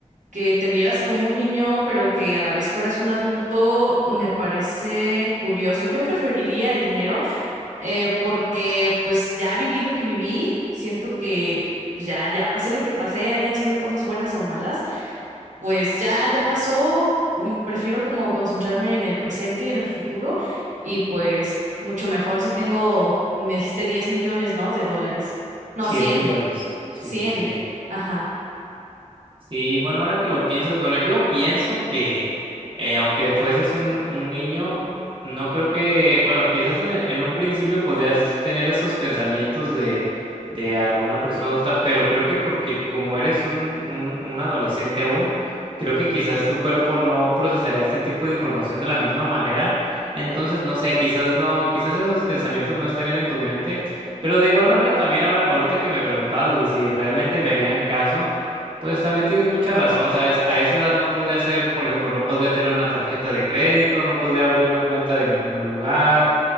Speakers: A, on the right (about 70°); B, on the right (about 40°).
A: que te vieras como un niño, pero que a la vez fueras un adulto, me parece curioso. Yo preferiría el dinero eh, porque pues ya viví lo que viví, siento que pues ya, ya pasé lo que pasé, hayan sido cosas buenas o malas, pues ya, ya pasó, mm, prefiero como concentrarme en el presente y en el futuro y pues mucho mejor si tengo, me dijiste 10 millones, ¿no? De dólares. No,
B: cien
A: cien
B: millones. Sí,
A: cien
B: sí, cien
A: ajá.
B: Sí, bueno, ahora que lo piensas, bueno, yo pienso que eh, aunque fueses un, un niño, no creo que, bueno, quizás en, en un principio podrías tener esos pensamientos de, de alguna persona adulta, pero creo que porque como eres un, un, un adolescente aún, creo que quizás tu cuerpo no procesará este tipo de información de la misma manera. Entonces, no sé, quizás no, quizás esos pensamientos no estén en tu mente, pero de igual manera también ahora, ahorita que me preguntabas lo de si realmente me harían caso. Pues también tienes mucha razón, ¿sabes? A esa edad no podría ser, por ejemplo, no podría tener una tarjeta de crédito, no podría abrir una cuenta de ningún lugar,